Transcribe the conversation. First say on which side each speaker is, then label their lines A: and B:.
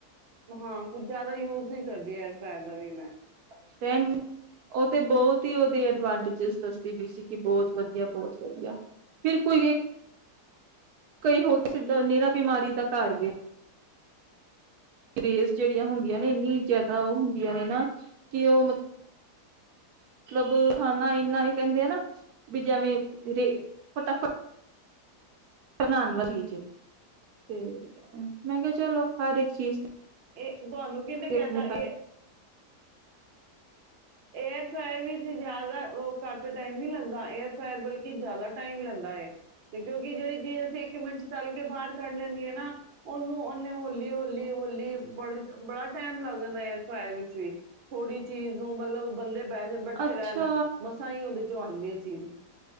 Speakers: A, on the right; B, on the right.
A: ਹਾਂ। ਕੁਝ ਜ਼ਿਆਦਾ ਯੂਜ ਨੀ ਕਰਦੀ, ਏਅਰਫ੍ਰਾਈ ਦਾ ਵੀ ਮੈਂ। ਖਾਲੀ
B: ਰੈਣ ਉਹ ਤੇ ਬਹੁਤ ਕਿ ਉਹਦੇ ਐਡਵਾਂਟੇਜ ਦੱਸਦੀ ਵੀ ਸੀ ਕਿ ਬਹੁਤ ਵਧੀਆ, ਬਹੁਤ ਵਧੀਆ। ਫਿਰ ਕੋਈ ਇੱਕ ਕਈ ਹੋਰ <unintelligible> ਨਿਰਾ ਬਿਮਾਰੀ ਦਾ ਘਰ ਵੀ ਰੇਜ਼ ਜਿਹੜੀਆਂ ਹੁੰਦੀਆਂ ਨੇ, ਇੰਨੀ ਜ਼ਿਆਦਾ ਉਹ ਹੁੰਦੀਆਂ ਨੇ ਨਾ ਕਿ ਉਹ ਮਤਲ ਜਦੋਂ ਖਾਣਾ ਇੰਨਾ ਏ ਕਹਿੰਦੇ ਆ ਨਾ, ਵੀ ਜਿਵੇਂ ਇਹਦੇ ਫਟਾਫਟ <unintelligible> ਚੀਜ਼ ਏ ਮੈਂ ਕਿਹਾ ਚਲੋ, ਹਰ ਇੱਕ ਚੀਜ਼ ਤੇ
A: ਤੇ ਤੁਹਾਨੂੰ ਕਿਹਨੇ ਕਹਿਤਾ
B: ਆਪਣੇ
A: ਇਹ ਏਅਰ ਫਾਇਰ ਵਿੱਚ ਜਿਆਦਾ ਉਹ ਘੱਟ ਟਾਈਮ ਨੀ ਲੱਗਦਾ। ਏਅਰ ਫਾਇਰ ਬਲਕਿ ਜ਼ਿਆਦਾ ਟਾਈਮ ਲੈਂਦਾ ਹੈ ਤੇ ਕਿਉਂਕਿ ਜਿਹੜੀ ਚੀਜ਼ ਅਸੀਂ ਇੱਕ ਮਿੰਟ ਚ ਤਲ ਕੇ ਬਾਹਰ ਕੱਢ ਲੈਂਦੇ ਆ ਨਾ, ਉਹਨੂੰ ਉਨੇ ਹੋਲੀ ਹੋਲੀ ਹੋਲੀ ਬਣ ਬੜਾ ਟਾਈਮ ਲੱਗ ਜਾਂਦਾ ਯਾਰ ਫ੍ਰਾਇਰ ਵਿੱਚ ਵੀ, ਥੋੜੀ ਚੀਜ਼ ਨੂੰ ਮਤਲਬ ਬੰਦੇ ਬਹਿ ਜਾ, ਬੈਠੇ
B: ਅੱਛਾ
A: ਰਹਿਣ। ਮਸਾਂ ਹੀ ਉਹਦੇ ਚੋਂ ਆਣਗੇ। <unintelligible>